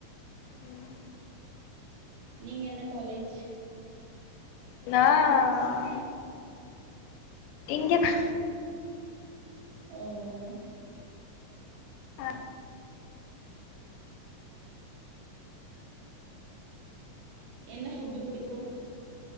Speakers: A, on the left; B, on the right.
A: உம்
B: நீங்க எந்த காலேஜ்
A: நான் இங்கதா
B: உம்
A: ஆ
B: என்ன ஃபுட்டு புடிக்கும்